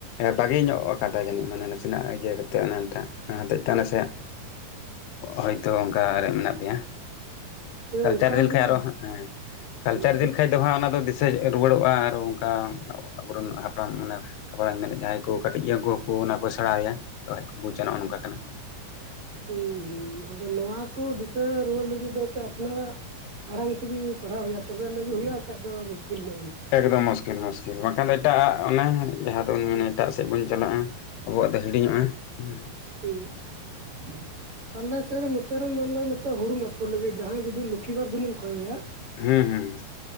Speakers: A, on the left; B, on the right.
A: ᱵᱟᱹᱜᱤ ᱧᱚᱜ ᱟᱠᱟᱫᱟ ᱡᱟᱹᱱᱤᱡ ᱢᱟᱱᱮ ᱱᱟᱜ ᱤᱭᱟᱹ ᱠᱟᱛᱮ ᱚᱱᱟ ᱴᱟᱜ ᱚᱱᱟ ᱦᱚᱛᱮᱡ ᱛᱮ ᱱᱟᱥᱮ ᱦᱳᱭᱛᱳ ᱚᱝᱠᱟ ᱨᱮ ᱢᱮᱱᱟᱜ ᱯᱮᱭᱟ ᱾
B: ᱦᱮᱸ
A: ᱠᱟᱞᱪᱟᱨ
B: ᱚᱱᱠᱟᱜᱮ
A: ᱤᱫᱤ ᱞᱮᱠᱷᱟᱡ ᱟᱨᱚ ᱦᱟᱸᱜ ᱦᱮᱸ, ᱠᱟᱞᱪᱟᱨ
B: ᱟᱫᱚ
A: ᱤᱫᱤ ᱞᱮᱠᱷᱟᱡ ᱫᱚ ᱦᱟᱸᱜ ᱚᱱᱟ ᱫᱚ ᱫᱤᱥᱟᱹ ᱨᱩᱣᱟᱹᱲᱚᱜᱼᱟ ᱟᱨ ᱚᱝᱠᱟ ᱟᱵᱚᱨᱮᱱ ᱦᱟᱯᱲᱟᱢ ᱢᱟᱱᱮ ᱟᱵᱚ ᱨᱮᱱ ᱢᱮᱱ ᱱᱮᱜ ᱡᱟᱦᱟᱸᱭ ᱠᱚ ᱠᱟᱹᱴᱤᱡ ᱜᱮᱭᱟ ᱩᱝᱠᱩ ᱦᱚᱸᱠᱚ ᱚᱱᱟ ᱠᱚ ᱥᱮᱸᱬᱟ ᱤᱫᱤᱭᱟ ᱛᱚ ᱠᱷᱟᱡ ᱠᱚ ᱵᱩᱪᱟ ᱱᱚᱜᱼᱚ ᱱᱝᱠᱟ ᱠᱟᱱᱟ ᱾
B: ᱦᱩᱸ, ᱦᱩᱸ, ᱟᱫᱚ ᱱᱚᱣᱟ ᱠᱚ ᱫᱤᱥᱟᱹ ᱨᱩᱣᱟᱹᱨ ᱞᱟᱹᱜᱤᱫ ᱫᱚ ᱮᱱᱛᱮᱜ ᱟᱯᱱᱟᱨᱼᱟᱜ ᱟᱲᱟᱝ ᱛᱮᱜᱮ ᱯᱟᱲᱦᱟᱜ ᱦᱩᱭᱩᱜᱼᱟ ᱛᱚᱵᱮ ᱟᱹᱱᱤᱡ ᱜᱮ ᱦᱩᱭᱩᱜᱼᱟ ᱟᱨ ᱵᱟᱠᱷᱟᱡ ᱫᱚ ᱢᱩᱥᱠᱤᱞ ᱧᱚᱜ ᱜᱮᱭᱟ ᱾
A: ᱮᱠᱫᱚᱢ ᱢᱩᱥᱠᱤᱞ ᱢᱩᱥᱠᱤᱞ, ᱵᱟᱝᱠᱷᱟᱱ ᱫᱚ ᱮᱴᱟᱜ ᱟᱜ ᱚᱱᱟ ᱡᱟᱦᱟᱸ ᱫᱚᱵᱚᱱ ᱢᱮᱱᱟ ᱮᱴᱟᱜ ᱥᱮᱫ ᱵᱚᱱ ᱪᱟᱞᱟᱜᱼᱟ ᱾ ᱟᱵᱚᱣᱟᱜ ᱫᱚ ᱦᱤᱲᱤᱧᱚᱜᱼᱟ, ᱦᱩᱸ ᱾
B: ᱮᱸᱜ ᱾ ᱟᱞᱮ ᱥᱮᱜ ᱨᱮ ᱱᱚᱛᱮ ᱨᱮ ᱢᱟᱱᱞᱳ ᱱᱤᱛᱚᱜ ᱦᱩᱲᱩᱢ ᱟᱯᱷᱚᱨ ᱞᱟᱹᱜᱤᱫ ᱡᱟᱦᱟᱸᱭ ᱡᱩᱫᱤ ᱞᱚᱠᱠᱷᱤ ᱵᱟᱨ ᱫᱤᱱᱮᱢ ᱠᱷᱚᱭᱮᱭᱟ,
A: ᱦᱩᱸ ᱦᱩᱸ ᱦᱩᱸ ᱾